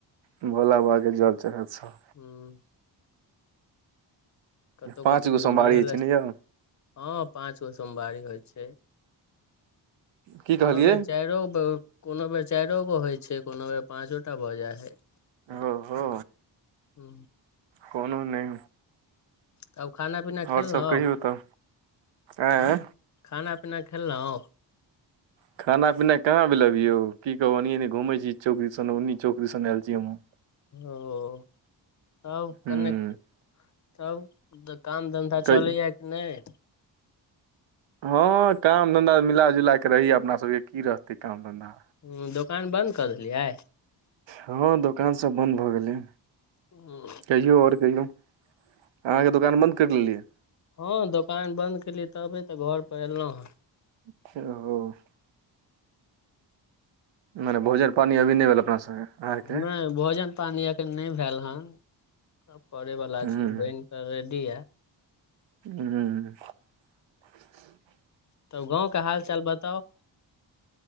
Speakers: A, on the right (about 80°); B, on the left (about 40°).
A: भोला बाबा के जल चढ़ेत सब
B: ह कतौ
A: पाँच
B: कतौ
A: गो
B: घुमैयो
A: सोमवारी छै
B: लए
A: ने यौ
B: हँ पाँच गो सोमवारी होइ छै
A: की कहलियै
B: कोनो बेर चाइरो कोनो बेर चैरो गो होइ छै कोनो बेर पाँचो टा भऽ जाइ हइ
A: ओहो
B: हू
A: कोनो नहि
B: तब खाना पीना
A: आओर
B: खेलऊं
A: सब कहियौ तऽ आँय
B: खाना पीना खेलऊं
A: ह <inaudible> खाना पीना कहाँ भेल अभी यौ की कहु एनि एनि घुमै छी चौक दीसन ओन्ही चौक दूसन आल छी हमहुँ
B: ओ तब
A: हूँ
B: कने तब तऽ काम धन्धा
A: कहि
B: चलैया कि नहि
A: हँ काम धन्धा मिलाजुला कऽ रहैया अपना सभके की रहतै काम धन्धा
B: हँ दोकान बन्द कऽ देलियै
A: हँ दोकान सब बंन्द भऽ गेलै
B: हूंम्म
A: कहियौ आओर कहियौ अहाँके दोकान बन्द करि लेलियै
B: हँ दोकान बंन्द केलियै तबे तऽ घर पर एलहुँ हँ
A: <inaudible> मने भोजन पानी अभी नै भेल अपना सबके अहाँके
B: नैय भोजन पानि एखन नैय भेल हन सब परै वला
A: हूं
B: छी बन कऽ रेडी या
A: हू
B: तब गाँव के हाल चाल बताउ